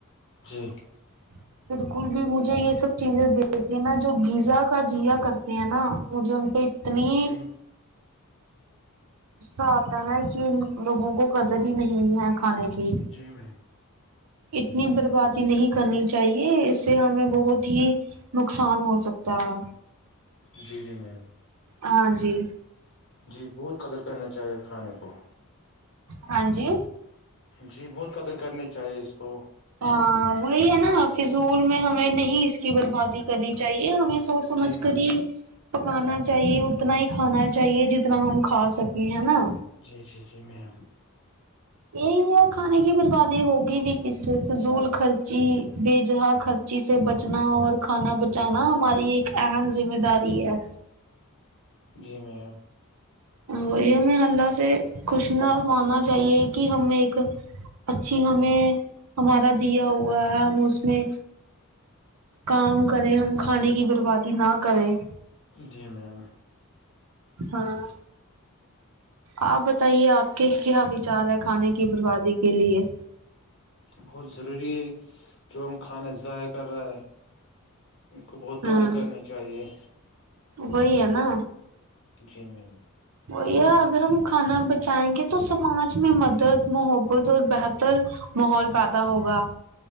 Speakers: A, on the left; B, on the right.
A: جی
B: <unintelligible> بالکل بھی مجھے یہ سب چیزیں دیکتی نا جو یزا کا جیا کرتے ہیں نا مجھے ان پہ اتنی
A: جی
B: صہ آتا نا کہ ان لوگوں کو قدر ہی نہیں ہے کھانے کی
A: جی میم
B: اتنی بربادی نہیں کرنی چاہیے اس سے ہمیں بہت ہی نقصان ہو سکتا ہے
A: جی جی میں <unintelligible>
B: ہاں جی
A: جی بہت قدر کرنا چاہیے کھانے کو
B: ہاں جی
A: جی بہت قدر کرنی چاہیے اس کو
B: ہاں وہی ہے نا فضول میں ہمیں نہیں اس کی بربادی کرنی چاہیے ہمیں سوچ سمجھ
A: جی میم
B: کر ہی پکانا چاہیے اتنا ہی کھانا چاہیے جتنا ہم کھا سکیں ہے نا
A: جی جی جی میں
B: یہی ہے کھانے کی بربادی ہوگی بھی کس فضول خرچی بے جہا خرچی سے بچنا اور کھانا بچانا ہماری ایک اہم ذمہ داری ہے
A: جی میم <unintelligible>
B: وہی ہمیں حلہ سے خوشنا ماننا چاہیے کہ ہم ایک اچھی ہمیں ہمارا دیا ہوا ہے ہم اس میں کام کریں ہم کھانے کی بربادی نہ کریں
A: جی میم
B: ہاں <unintelligible> آپ بتائیے آپ کے کیا وچار ہے کھانے کی بربادی کے لیے
A: بہت ضروری ہے جو ہم کھانا ضائع کر رہا ہے ان کو بہت
B: ہاں
A: قدر کرنی چاہیے
B: وہی ہے نا
A: جی میم <unintelligible>
B: وہیا اگر ہم کھانا بچائیں گے تو سماج میں مدد محبت اور بہتر ماحول پیدا ہوگا